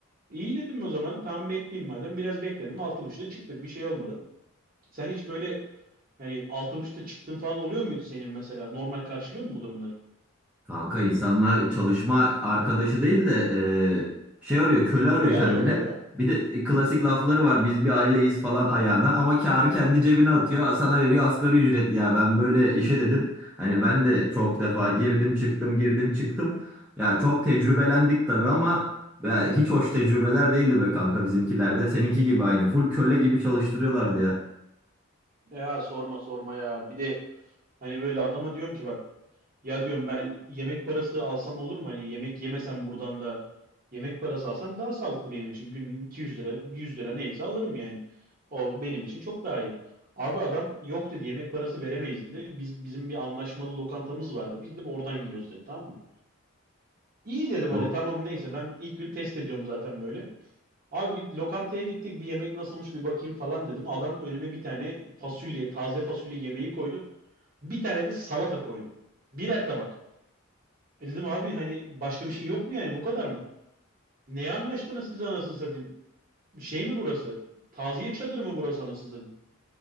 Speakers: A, on the right (about 40°); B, in the centre.
A: İyi dedim o zaman. Tamam bekleyeyim madem. Biraz bekledim. Altı buçukta çıktık. Bir şey olmadı. Sen hiç böyle hani altı buçukta çıktın falan oluyor muydu senin mesela? Normal karşılıyor mu bu durumları?
B: Kanka insanlar çalışma arkadaşı değil de e, şey arıyor, köle
A: Köle
B: arıyor kendine.
A: arıyorlar ya.
B: Bir de e, klasik lafları var. Biz bir aileyiz falan ayağına ama kârı kendi cebine atıyor. Sana veriyor asgari ücret ya. Ben böyle işe dedim. Hani ben de çok defa girdim çıktım girdim çıktım. Ya çok tecrübelendik tabii ama ya hiç hoş tecrübeler değildi be kanka bizimkilerde. Seninki gibi aynı. Full köle gibi çalıştırıyorlardı ya.
A: Ya sorma sorma ya. Bir de hani böyle adama diyorum ki bak Ya diyorum ben yemek parası alsam olur mu? Hani yemek yemesem buradan da yemek parası alsam daha sağlıklı benim için. Günlük 200 lira, 100 lira neyse alırım yani. O benim için çok daha iyi. Abi adam yok dedi yemek parası veremeyiz dedi. Biz bizim bir anlaşmalı lokantamız var dedi. Gidip oradan yiyoruz dedi tamam mı? İyi dedim
B: O,
A: hadi tamam neyse ben ilk gün test ediyorum zaten böyle. Abi bir lokantaya gittik bir yemek nasılmış bir bakayım falan dedim. Adam önüme bir tane fasulye, taze fasulye yemeği koydu. Bir tane de salata koydu. Birer tabak. E dedim abi hani başka bir şey yok mu yani bu kadar mı? Neye anlaştınız siz anasını satayım? Şey mi burası? Taziye çadırı mı burası anasını satayım?